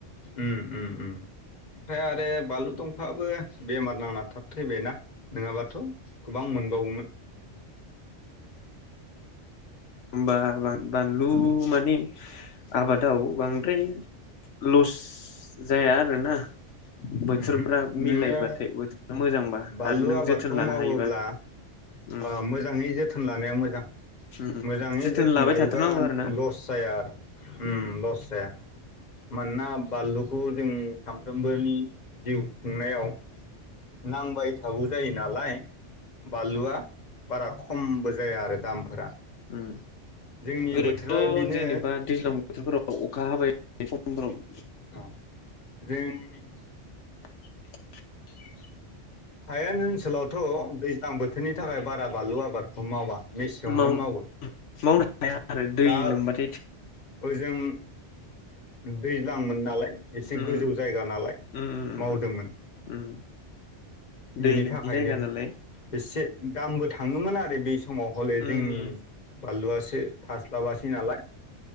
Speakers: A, on the left; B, on the left.
A: ओम‌ ओम ओम ओमफ्राय आरो बानलु दंफाबो बेमार नांना थाब थैबायना नोङाबाथ' गोबां मोनबावगोमोन
B: होमबा बा बानलु मानिे आबादाव बां ओमफ्राय लस जाया आरोना
A: ओहो
B: बोथोरफ्रा मिलायबाथाय
A: नोङो
B: बोथोरा मोजांबा
A: बानलु
B: आरो नों
A: आबादखौ
B: जोथोन लानो
A: मावोब्ला
B: हायोबा उम
A: ओ मोजाङै जोथोन थोन लानाया मोजां
B: उम
A: मोजाङै जोथोन
B: लाबाय
A: लायोबा
B: थाथारनांगौ आरो ना
A: लस जाया आरो होम
B: उम
A: लस जाया मानोना बानलुखौ जों सानफ्रोमबोनि जिउ खुंनायाव नांबाय थागौ जायो नालाय बानलुवा बारा खमबो जाया आरो दामफोरा
B: उम
A: जोंनि
B: ओरैनोथ'
A: बोथोरा बेनो
B: जेनेबा दैज्लां बोथोरफोराव अखा हाबाय बे समब्रोम
A: अ <unintelligible>
B: <inaudible>
A: हायेन ओन्सोलाव थ' दैज्लां बोथोरनि थाखाय बारा बानलु आबादखौ मावा मेसेंआवनो
B: मावनो
A: मावो
B: हाया आरो दै
A: दा
B: लोमबाथाय
A: ओजों दैज्लांमोन नालाय एसे
B: उम
A: गोजौ जायगा नालाय
B: उम उम
A: मावदोंमोन
B: उम दै
A: बिनि
B: लोमि
A: थाखायनो
B: जायगा नालाय
A: एसे दामबो थाङोमोन आरो बै समाव हले
B: उम
A: जोंनि बानलुआसो। थास्लाबासै नालाय